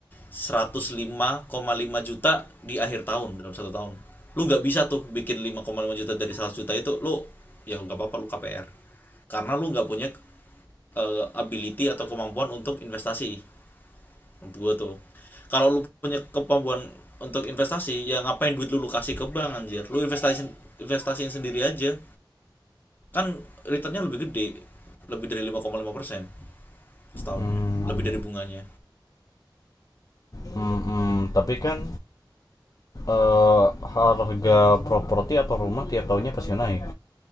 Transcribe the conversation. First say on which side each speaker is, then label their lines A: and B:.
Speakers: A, on the left; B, on the left.
A: 105,5 juta di akhir tahun dalam satu tahun lu nggak bisa tuh bikin 5,5 juta dari 100 juta itu lu ya nggak apa-apa lu KPR karena lu nggak punya eh, ability atau kemampuan untuk investasi menurut gua tuh kalau lu punya kemampuan untuk investasi ya ngapain duit lu lu kasih ke bank anjir lu investasi investasiin sendiri aja kan returnnya lebih gede lebih dari 5,5 persen setahunnya
B: Hmm,
A: lebih dari bunganya
B: hmm, hmm. tapi kan eh, harga properti atau rumah tiap tahunnya pasti naik.